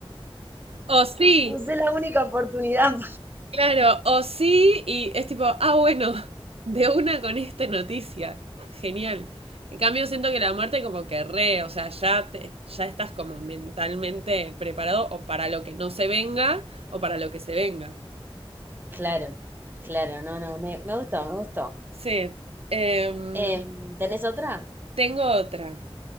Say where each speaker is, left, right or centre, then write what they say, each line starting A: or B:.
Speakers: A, on the right; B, on the right.
A: O sí,
B: Usé la única oportunidad.
A: claro, o sí, y es tipo, ah, bueno, <laughs> de una con esta noticia. Genial. En cambio, siento que la muerte como que re, o sea, ya, te- ya estás como mentalmente preparado o para lo que no se venga o para lo que se venga.
B: Claro, claro, no, no, me, me gustó, me gustó.
A: Sí. Em,
B: Em, ¿tenés otra?
A: tengo otra,